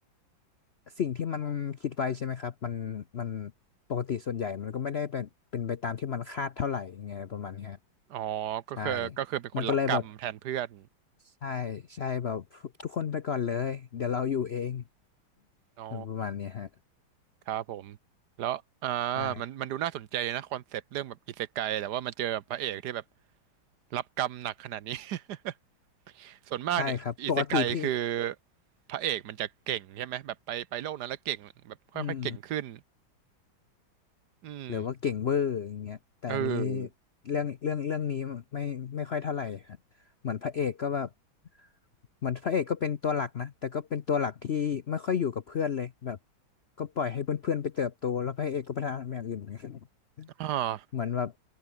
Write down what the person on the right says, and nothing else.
อ๋อก็คือก็คือเป็นคนรับกรรมแทนเพื่อน
อ๋อ
ครับผมแล้วอ่า
มันมันดูน่าสนใจนะคอนเซปต์เรื่องแบบอิเซไกแต่ว่ามาเจอพระเอกที่แบบรับกรรมหนักขนาดนี้ <laughs> ส่วนมากเนี่ยอิเซไกคือ
พระเอกมันจะเก่งใช่ไหมแบบไปไปโลกนั้นแล้วเก่งแบบค่อยๆเก่งขึ้น
อืม
เออ
อ่า